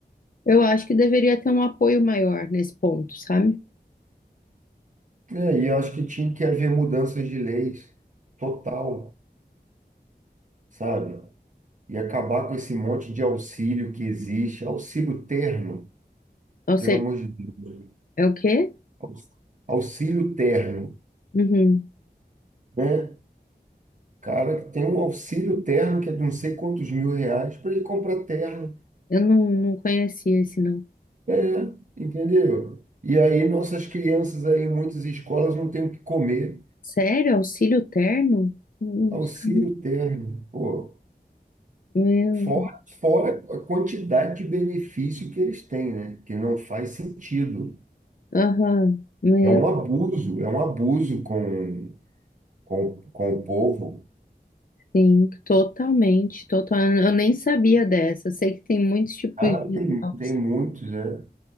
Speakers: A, on the left (about 55°); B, on the right (about 50°).
A: eu acho que deveria ter um apoio maior nesse ponto, sabe?
B: É, e eu acho que tinha que haver mudanças de leis, total. sabe? E acabar com esse monte de auxílio que existe, auxílio terno,
A: Ou
B: pelo
A: seja,
B: amor de Deus.
A: é o quê?
B: Aux- Auxílio terno,
A: Uhum.
B: né? Cara, que tem um auxílio terno que é de não sei quantos mil reais para ele comprar terno.
A: Eu não, não conhecia esse, não.
B: É, entendeu? E aí nossas crianças aí em muitas escolas não têm o que comer.
A: Sério? Auxílio terno? Não
B: Auxílio
A: sabia.
B: terno, pô.
A: Meu,
B: Fora, fora a quantidade de benefício que eles têm, né? Que não faz sentido.
A: aham, meu.
B: É um abuso, é um abuso com com, com o povo?
A: Sim, totalmente, total. Eu nem sabia dessa. Eu sei que tem muitos tipos
B: Ah,
A: de
B: tem,
A: inox,
B: tem muitos, né?